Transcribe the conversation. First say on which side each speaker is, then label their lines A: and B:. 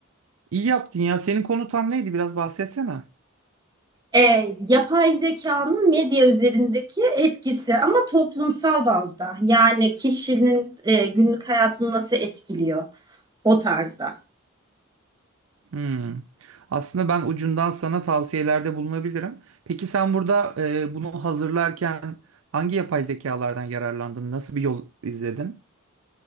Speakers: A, on the right (about 80°); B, on the right (about 20°).
A: İyi yaptın ya. Senin konu tam neydi? Biraz bahsetsene.
B: E, yapay zekanın medya üzerindeki etkisi ama toplumsal bazda. Yani kişinin e, günlük hayatını nasıl etkiliyor o tarzda.
A: Hmm. Aslında ben ucundan sana tavsiyelerde bulunabilirim. Peki sen burada e, bunu hazırlarken hangi yapay zekalardan yararlandın? Nasıl bir yol izledin?